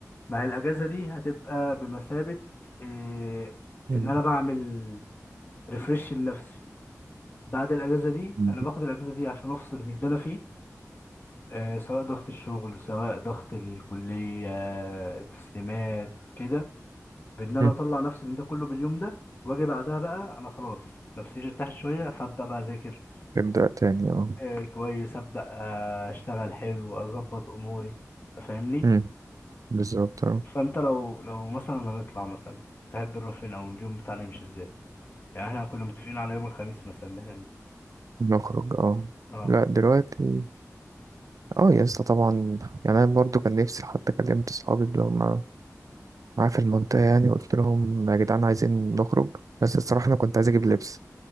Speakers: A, on the left; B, on the right.
A: ما هي الاجازه دي هتبقى بمثابه إيه
B: مم.
A: ان انا بعمل ريفرش لنفسي بعد الاجازه دي
B: مم.
A: انا باخد الاجازه دي عشان افصل من اللي انا فيه إيه سواء ضغط الشغل سواء ضغط الكليه التسليمات كده بان انا
B: مم.
A: اطلع نفسي من ده كله باليوم ده واجي بعدها بقى انا خلاص نفسيتي ارتاحت شويه فابدا بقى اذاكر
B: ابدأ تاني اه
A: إيه كويس ابدا آه، اشتغل حلو اظبط اموري تفهمني
B: مم. بالظبط اه
A: فانت لو لو مثلا هنطلع مثلا تحب نروح فين او اليوم بتاعنا يمشي ازاي يعني احنا كنا متفقين على يوم الخميس مثلا ان احنا ننزل
B: نخرج اه
A: اه
B: لا دلوقتي اه يا اسطى طبعا يعني انا برضو كان نفسي حتى كلمت اصحابي اللي هم معاه في المنطقة يعني قلت لهم يا جدعان عايزين نخرج بس الصراحة أنا كنت عايز أجيب لبس